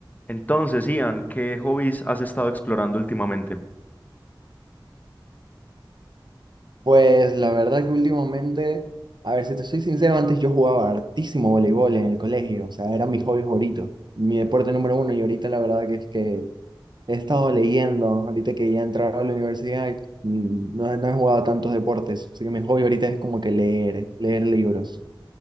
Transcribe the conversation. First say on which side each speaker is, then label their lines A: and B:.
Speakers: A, on the left; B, on the right.
A: Entonces, Ian, ¿qué hobbies has estado explorando últimamente?
B: Pues la verdad que últimamente, a ver, si te soy sincero, antes yo jugaba hartísimo voleibol en el colegio, o sea, era mi hobby favorito, mi deporte número uno, y ahorita la verdad que es que he estado leyendo, ahorita que ya he entrado a la universidad, mm, no, he- no he jugado tantos deportes, así que mi hobby ahorita es como que leer, leer libros.